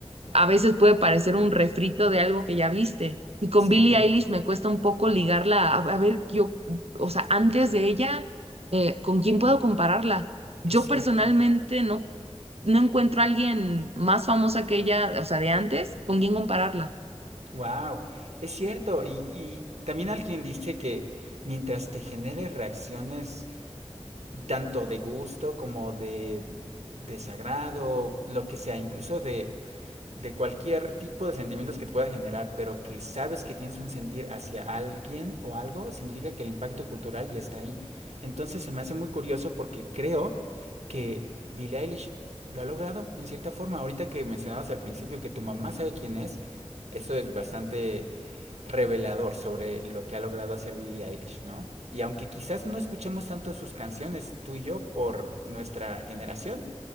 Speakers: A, on the right; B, on the right.
A: a veces puede parecer un refrito de algo que ya viste. Y con
B: Sí,
A: Billie Eilish me cuesta un poco ligarla, a, a ver, yo, o sea, antes de ella, eh, ¿con quién puedo compararla? Yo
B: es cierto.
A: personalmente no, no encuentro a alguien más famosa que ella, o sea, de antes, con quién compararla.
B: Wow, es cierto. Y, y también alguien dice que mientras te genere reacciones tanto de gusto como de, de sagrado, lo que sea, incluso de, de cualquier tipo de sentimientos que te pueda generar, pero que sabes que tienes un sentir hacia alguien o algo, significa que el impacto cultural ya está ahí. Entonces se me hace muy curioso porque creo que Billie Eilish lo ha logrado en cierta forma. Ahorita que mencionabas al principio que tu mamá sabe quién es, eso es bastante revelador sobre lo que ha logrado hacer Billie Eilish, ¿no? Y aunque quizás no escuchemos tanto sus canciones, tú y yo, por nuestra generación,